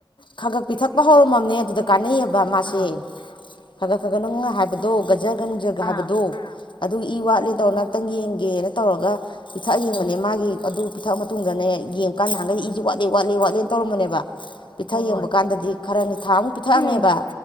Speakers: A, on the left (about 75°); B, on the left (about 45°).
A: ꯈꯒꯛ ꯄꯤꯊꯛꯄ ꯍꯧꯔꯝꯃꯕꯅꯦ ꯑꯗꯨꯗ ꯀꯥꯟꯅꯩꯑꯕ ꯃꯥꯁꯦ
B: ꯑꯥ
A: ꯈꯒꯠ ꯈꯒꯠ ꯅꯪ ꯍꯥꯏꯕꯗꯣ ꯒꯖꯒꯟ ꯖꯒ ꯍꯥꯏꯕꯗꯣ
B: ꯑꯥ
A: ꯑꯗꯨ ꯏ ꯋꯥꯠꯂꯦꯗꯧ ꯉꯍꯇꯪ ꯌꯦꯡꯒꯦꯅ ꯇꯧꯔꯒ ꯄꯤꯊꯛ ꯌꯦꯡꯕꯅꯦ
B: ꯎꯝ
A: ꯃꯥꯒꯤ ꯑꯗꯨ ꯄꯤꯊꯛ ꯃꯇꯨꯡꯗꯅ ꯍ ꯌꯦꯡ ꯀꯥꯟꯅ ꯅꯪꯒꯅꯤ
B: ꯎꯝ
A: ꯏꯁꯨ ꯋꯥꯂꯂꯤ ꯋꯥꯂ ꯋꯥꯂꯦ ꯇꯧꯔꯝꯕꯅꯦꯕ ꯄꯤꯊꯛ
B: ꯍꯣꯏ ꯍꯣꯏ
A: ꯌꯦꯡꯕ ꯀꯥꯟꯗꯗꯤ ꯈꯔꯅꯤ ꯊꯥ ꯑꯃꯨꯛ ꯄꯤꯊꯛꯑꯝꯃꯦꯕ
B: ꯎꯝ